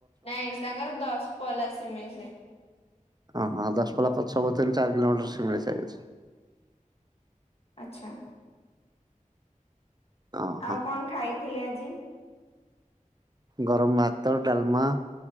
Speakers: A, on the left; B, on the right.
A: ନାଇଁ ତାଙ୍କର ଦଶ ପଲା ଶିମିଳି ସାଇ
B: ଓ ହଁ ଦଶ ପଲା ପଛ ପରେ ଚାରି କିଲୋମିଟର ସିମିଳି ସାଇ ଅଚ୍ଛି
A: ଆଚ୍ଛା।
B: ଅହଁ
A: ଆଉ କଣ ଖାଇଥିଲେ ଆଜି
B: ଗରମ ଭାତ ଡାଲମା